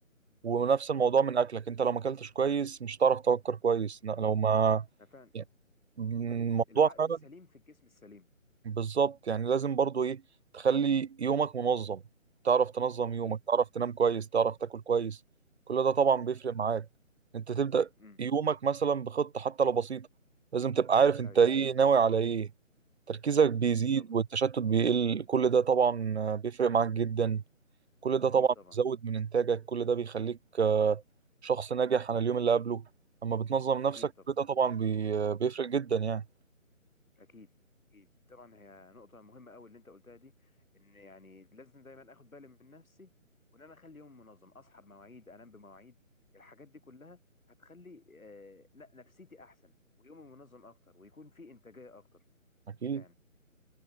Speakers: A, on the right; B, on the left.
A: ونفس
B: مم.
A: الموضوع من اكلك انت لو ما اكلتش كويس مش هتعرف تفكر كويس لا، لو
B: مم.
A: ما
B: أنا فعلا
A: يعني الموضوع
B: ال- العقل
A: فعلا
B: السليم في الجسم السليم
A: بالظبط يعني لازم برضو ايه تخلي يومك منظم تعرف تنظم
B: اكيد
A: يومك تعرف تنام كويس تعرف تاكل كويس كل ده طبعا
B: مم.
A: بيفرق معاك انت تبدأ
B: مم.
A: يومك مثلا بخطة حتى لو بسيطة لازم تبقى عارف انت
B: ايوه
A: ايه ناوي على ايه تركيزك بيزيد
B: اكيد طبعا
A: والتشتت بيقل كل ده طبعا بيفرق معاك جدا كل ده
B: اكيد
A: طبعا
B: طبعا
A: بيزود من انتاجك كل ده بيخليك آه، شخص ناجح عن اليوم اللي قبله اما بتنظم
B: اكيد
A: نفسك
B: طبعا
A: كل ده طبعا بي-
B: مم.
A: بيفرق جدا يعني
B: اكيد اكيد طبعا هي نقطه مهمه قوي اللي انت قلتها دي ان يعني لازم دايما اخد بالي من نفسي وان انا اخلي يوم منظم اصحى بمواعيد انام بمواعيد الحاجات دي كلها هتخلي آه لا نفسيتي احسن ويومي منظم اكتر ويكون في انتاجيه اكتر
A: اكيد
B: كده يعني